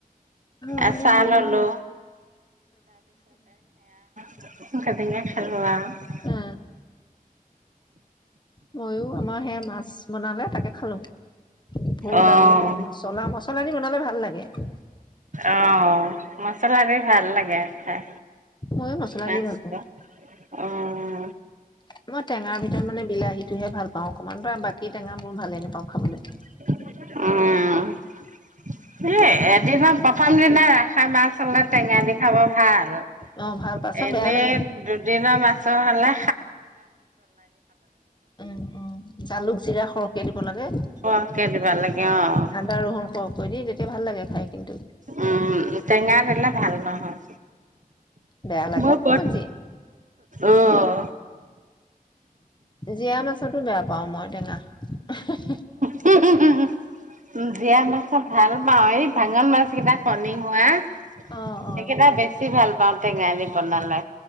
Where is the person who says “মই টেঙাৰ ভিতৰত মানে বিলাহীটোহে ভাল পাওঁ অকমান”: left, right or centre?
Left